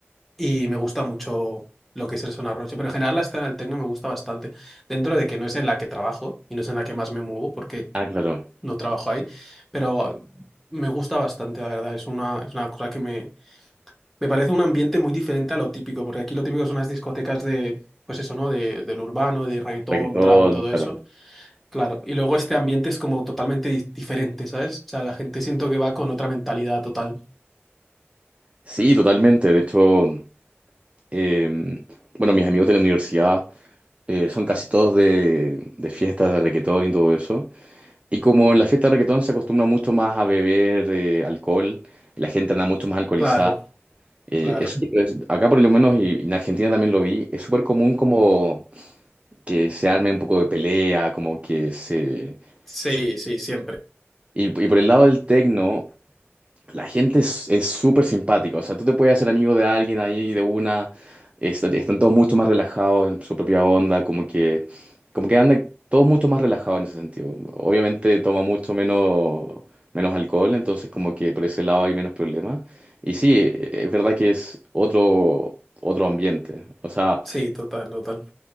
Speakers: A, in the centre; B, on the right.
A: y me gusta mucho lo que es el Sonar Noche, pero en general la escena del techno me gusta bastante, dentro de que no es en la que trabajo y no es en la que más me muevo, porque
B: Ah, claro,
A: no trabajo ahí, pero me gusta bastante, la verdad. Es una, es una cosa que me, me parece un ambiente muy diferente a lo típico, porque aquí lo típico son las discotecas de, pues eso, ¿no? De, del urbano, de reggaetón,
B: todo
A: trap y todo
B: claro.
A: eso. Claro, y luego este ambiente es como totalmente di- diferente, ¿sabes? O sea, la gente siento que va con otra mentalidad total.
B: Sí, totalmente, de hecho, eh, bueno, mis amigos de la universidad... eh, son casi todos de, de fiestas de reguetón y todo eso. Y como en la fiesta de reguetón se acostumbra mucho más a beber eh, alcohol, y la gente anda mucho más alcoholizada.
A: Claro,
B: eh,
A: claro.
B: eso es- acá por lo menos y, y en Argentina también lo vi, es súper común como que se arme un poco de pelea, como que se...
A: Sí,
B: se-
A: sí, siempre.
B: Y, y por el lado del tecno, La gente es es súper simpática, o sea, tú te puedes hacer amigo de alguien ahí de una, est- están todos mucho más relajados en su propia onda, como que, como que andan todos mucho más relajados en ese sentido. Obviamente toma mucho menos, menos alcohol, entonces como que por ese lado hay menos problemas. Y sí, e- es verdad que es otro, otro ambiente. O sea,
A: Sí, total, total.